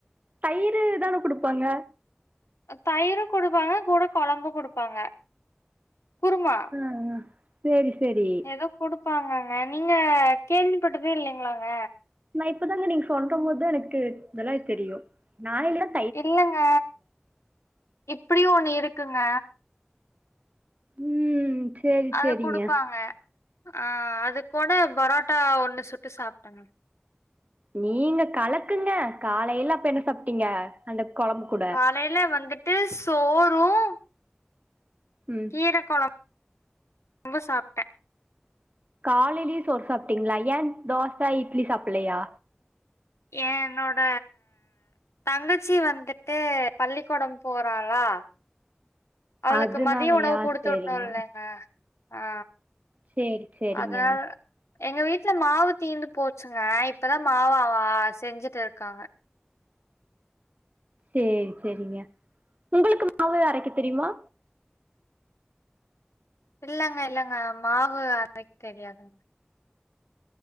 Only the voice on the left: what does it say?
தயிரூ குடுப்பாங்க கூட கொழம்பு குடுப்பாங்க குருமா
எதோ கொடுப்பாங்கங்க நீங்க கேள்விப்பட்டதே இல்லைங்களாங்க
இல்லங்க இப்படியு ஒண்ணு இருக்குங்க
அத
குடுப்பாங்க. ஆ அது கூட பரோட்டா ஒண்ணு சுட்டு சாப்ட்டேங்க
காலைல வந்துட்டு சோறும்
கீர கொழம்பும் சாப்ட்டே
ஏ ன்னோட தங்கச்சி வந்துட்டு பள்ளிக்கூடோ போறாளா அவளுக்கு
மதிய உணவு குடுத்து
வுட்ணும் இல்லங்க ஆ
அத்னால எங்க வீட்ல மாவு தீந்து போச்சுங்க இப்பதா மாவாவா செஞ்சுட்டுருக்காங்க
இல்லங்க இல்லங்க மாவு அரக்கே தெரியாதுங்க